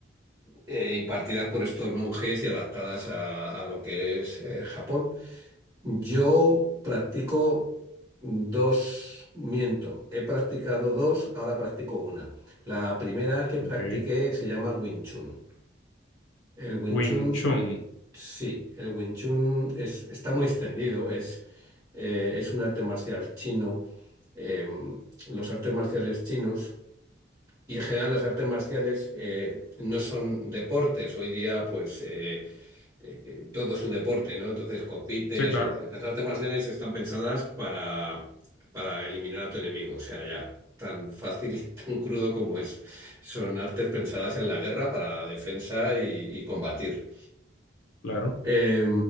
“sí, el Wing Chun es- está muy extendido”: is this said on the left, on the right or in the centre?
Right